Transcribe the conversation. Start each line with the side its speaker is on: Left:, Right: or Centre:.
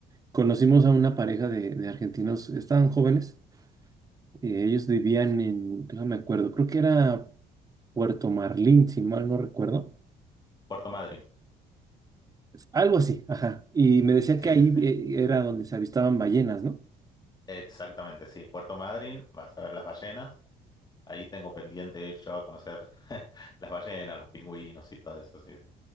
Right: conocimos a una pareja de, de argentinos, estaban jóvenes, y ellos vivían en, no me acuerdo, creo que era Puerto Marlín, si mal no recuerdo,
Left: Puerto Madryn.
Right: algo así, ajá, y me decía
Left: Sí,
Right: que ahí
Left: sí, sí.
Right: eh, era donde se avistaban ballenas, ¿no?
Left: Exactamente, sí. Puerto Madryn, vas a ver las ballenas. Ahí tengo pendiente de ir yo a conocer <laughs> las ballenas, los pingüinos y todo eso, sí, sí.